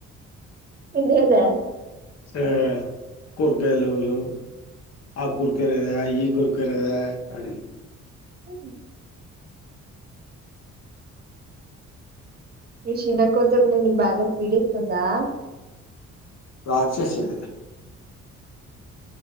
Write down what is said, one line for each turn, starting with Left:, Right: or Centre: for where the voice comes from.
Right: తినేదా..
Left: ఆ కుర్కయలులు ఆ కుర్కయ లేదా ఈ కుర్కయ లేదా అనెది.
Right: <inaudible> నీ చిన్నకూతురు నిన్ను బాగా పిడిీస్తుందా
Left: రాక్షసిది